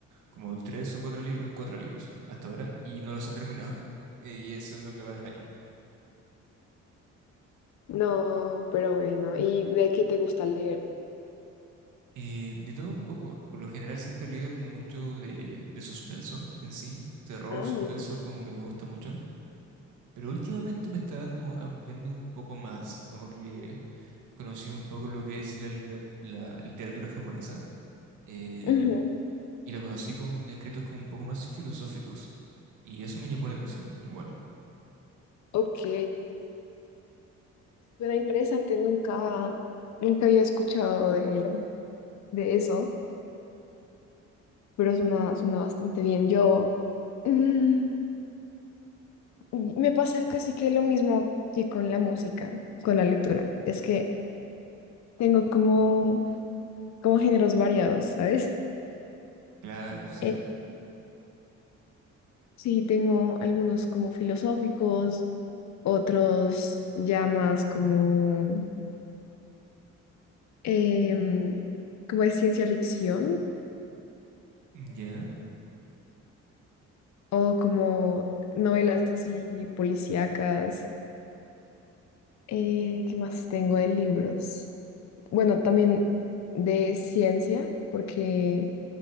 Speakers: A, on the right; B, on the left.
A: como tres o cuatro libros, cuatro libros hasta ahora, y no los he terminado. <laughs> Eh, Y eso es lo que va del año.
B: no, pero bueno. ¿Y de qué te gusta leer?
A: Eh, de todo un poco, por lo general siempre he leído como mucho de, de suspenso en sí, terror,
B: Ah,
A: suspenso,
B: mira.
A: como que me gusta mucho, pero últimamente me estaba como ampliando un poco más, como que conocí un poco lo que es la, litera- la literatura japonesa, eh,
B: Ujú.
A: y lo conocí con escritos como un poco más filosóficos, y eso me llamó la atención, igual.
B: Ok. Suena interesante, nunca, nunca había escuchado de, de eso, pero suena, suena bastante bien. Yo mm, me pasa casi que lo mismo que con la música, con la lectura. Es que tengo como, como géneros variados, ¿sabes?
A: Claro, sí.
B: Eh, sí, tengo algunos como filosóficos, otros ya más como, em, como de ciencia ficción
A: Ya,
B: o como novelas así policíacas. Eh, ¿qué más tengo de libros? Bueno, también de ciencia, porque